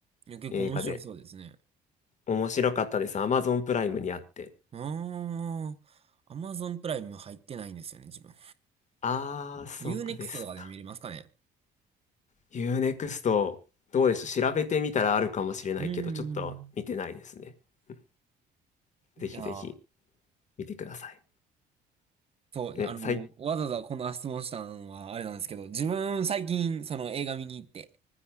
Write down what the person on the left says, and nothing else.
映画で、面白かったです。Amazon プライムにあって。
あー、そうですか。
ユーネクストどうでしょう。調べてみたらあるかもしれないけど、
ちょっと見てないですね。
うん
ぜひぜひ見てください。
ね、
さい、